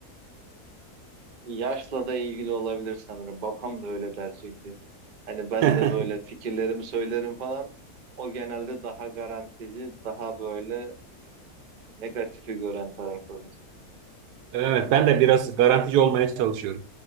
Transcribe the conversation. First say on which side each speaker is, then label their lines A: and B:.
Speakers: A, on the right; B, on the right.
A: Yaşla da ilgili olabilir sanırım. Babam da öyle der çünkü. Hani ben
B: <laughs>
A: de böyle fikirlerimi söylerim falan. O genelde daha garantici, daha böyle negatifi gören taraftadır.
B: Evet, ben de biraz garantici olmaya çalışıyorum.